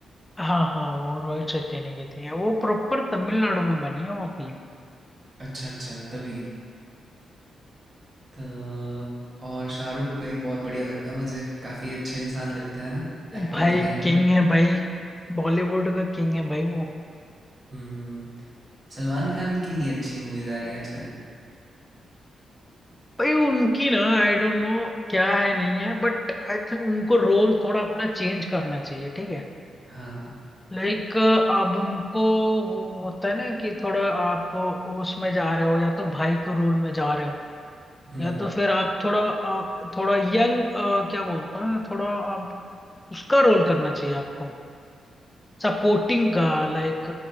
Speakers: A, on the left; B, on the right.
A: हाँ हाँ वो रोहित शेट्टी ने की थी वो प्रॉपर तमिलनाडु में बनी है वो फिल्म
B: अच्छा अच्छा तभी तो और शाहरुख भाई बहुत बढ़िया लगता है मुझे काफी अच्छे इंसान लगते हैं ना एक्टर
A: भाई
B: तो है ही
A: किंग है भाई बॉलीवुड का किंग है भाई वो
B: हम्म सलमान खान की नहीं अच्छी मूवीज आ रही आजकल
A: भाई उनकी ना आई डोंट नो क्या है नहीं है बट आई थिंक उनको रोल थोड़ा अपना चेंज करना चाहिए ठीक है
B: हाँ
A: लाइक अब उनको वो होता है ना कि थोड़ा आप उसमें जा रहे हो या तो भाई के रोल में जा रहे हो
B: हम्म
A: या तो फिर आप थोड़ा अ, थोड़ा यंग क्या बोलते हैं थोड़ा आप उसका रोल करना चाहिए आपको सपोर्टिंग का लाइक